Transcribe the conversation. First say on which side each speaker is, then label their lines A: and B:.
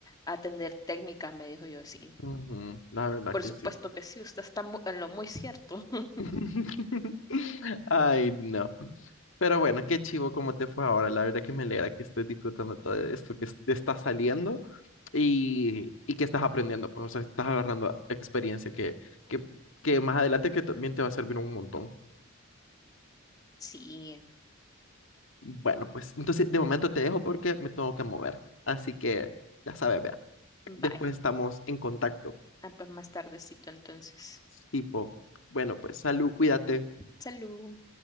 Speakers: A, on the left; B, on the left.
A: a atender técnicas, me dijo yo, sí.
B: ujú, la verdad
A: Por
B: que
A: supuesto
B: sí.
A: que sí, usted está mu- en lo muy cierto. <laughs>
B: <laughs> Ay, no. Pero bueno, qué chivo cómo te fue ahora. La verdad que me alegra que estés disfrutando todo esto que es- te está saliendo. y, y que estás aprendiendo, pues, o sea, estás agarrando experiencia que, que, que más adelante que también te va a servir un montón.
A: Sí,
B: Bueno, pues entonces de momento te dejo porque me tengo que mover. Así que ya sabes, vea.
A: bye.
B: Después estamos en contacto.
A: Ah, pues más tardecito entonces.
B: Tipo, bueno, pues salud, cuídate.
A: Salud.